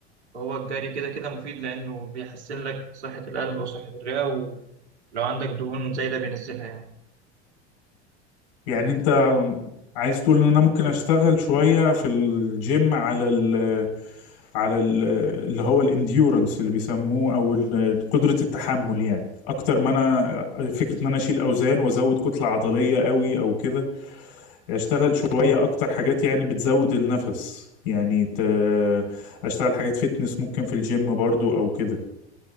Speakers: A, on the right; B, on the left.
A: فهو الجري كده كده مفيد لأنه بيحسن لك صحة القلب وصحة الرئة ولو عندك دهون زايدة بينزلها يعني
B: يعني انت عايز تقول ان انا ممكن اشتغل شوية في الجيم على ال على ال اللي هو الانديورنس اللي بيسموه او ال- قدرة التحمل يعني اكتر ما انا فكرة ان انا اشيل اوزان وازود كتلة عضلية قوي او كده يعني اشتغل شوية اكتر حاجات يعني بتزود النفس يعني ت... اشتغل حاجات فيتنس ممكن في الجيم برضو او كده